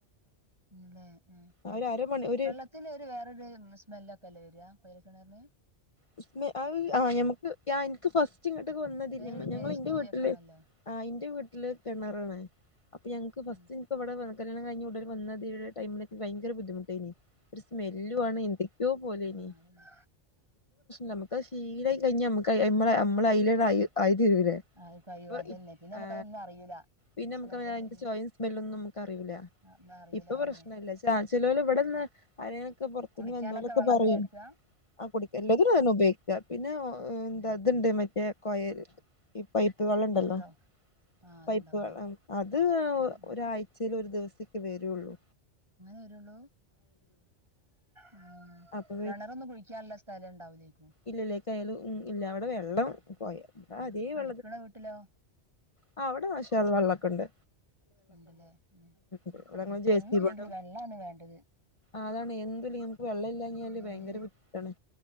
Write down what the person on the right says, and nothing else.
മ്മ്ലെ, എ,
വെള്ളത്തിലൊര്, വേറൊര്, മ്മ്, മിസ് മെല്ലൊക്കെല്ലെ, വര്ആ, കോയൽകിണറിന്.
വേറൊരു
ടേസ്റ്റ്
ഒക്കെ ആണല്ലോ
ഉം
ആഹ്
ആഹ് അതന്നെ
അത് കഴിയും
അതന്നെ
പിന്നെ നമുക്കതൊന്നും
അറിയൂല
സ്മെല്ലൊന്നൊന്നും
ആ, ഒന്നും അറിയൂല
അതന്നെ
കുടിക്കാനൊക്കെ
വെള്ളം
തന്നെ എടുക്കുക
ഉം
ഫിൽറ്ററോ ആ അതുണ്ടാവൂലേ
ആ, ആ.
വരുളൂ. ഉം,
കെണറൊന്നും, കുഴിക്കാന്ള്ള, സ്ഥലം, ണ്ടാവുലൈക്കും.
ഉം.
ഇപ്പൊ എടുക്കണ വീട്ടിലോ
ഉണ്ടല്ലേ ഉ ഉ
ഒന്നില്ലെങ്കിൽ
വെള്ളമാണ് വേണ്ടത്
ഉം.